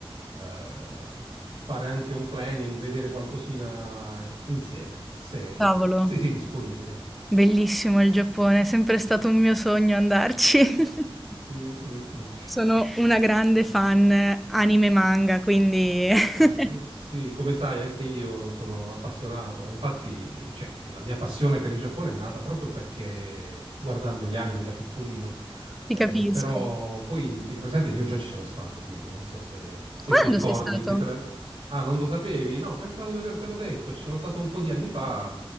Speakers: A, on the right (about 80°); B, in the centre.
A: eh, fare anche un planning, vedere qualcosina insieme, se,
B: Cavolo,
A: se sei disponibile.
B: bellissimo il Giappone, è sempre stato un mio sogno andarci. <laughs>
A: Mm, mm, mm.
B: Sono una grande fan eh, anime e manga, quindi <laughs>
A: Eh, sì, come sai, anche io sono appassionato. Infatti, cioè, la mia passione per il Giappone è nata proprio perché guardando gli anime da piccolino.
B: Ti
A: Eh,
B: capisco.
A: però poi tieni presente che io già ci sono stato, quindi non so se, se
B: Quando
A: ti ricordi
B: sei stato?
A: che te la... Ah, non lo sapevi? No, pensavo di avertelo detto. Ci sono stato un po' di anni fa,